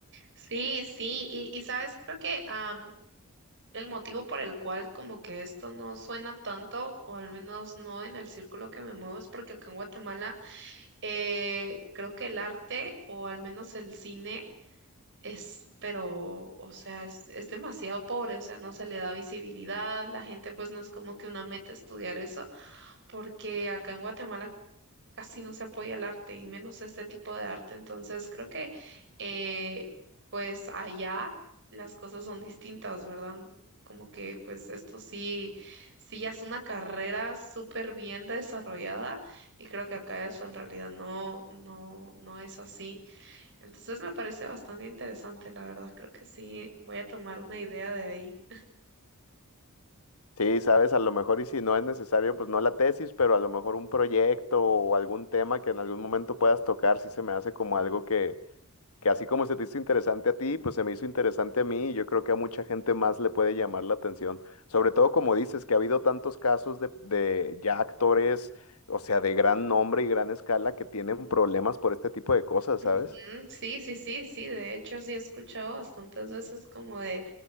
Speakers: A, on the right; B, on the left.
A: Sí, sí, y, y sabes, creo que am, el motivo por el cual como que esto no suena tanto, o al menos no en el círculo que me muevo, es porque acá en Guatemala eh, creo que el arte, o al menos el cine, es, pero, o sea, es, es demasiado pobre, o sea, no se le da visibilidad, la gente pues no es como que una meta estudiar eso porque acá en Guatemala casi no se apoya el arte y menos este tipo de arte. Entonces creo que eh, pues allá las cosas son distintas, ¿verdad? Como que pues esto sí, sí ya es una carrera súper bien desarrollada y creo que acá eso en realidad no, no, no es así. Entonces me parece bastante interesante, la verdad. Creo que sí, voy a tomar una idea de ahí.
B: Sí, sabes, a lo mejor y si no es necesario, pues no la tesis, pero a lo mejor un proyecto o algún tema que en algún momento puedas tocar, sí se me hace como algo que, que así como se te hizo interesante a ti, pues se me hizo interesante a mí y yo creo que a mucha gente más le puede llamar la atención. Sobre todo como dices, que ha habido tantos casos de, de ya actores, o sea, de gran nombre y gran escala que tienen problemas por este tipo de cosas,
A: Ujú,
B: ¿sabes?
A: Sí, sí, sí, sí, de hecho sí he escuchado bastantes veces como de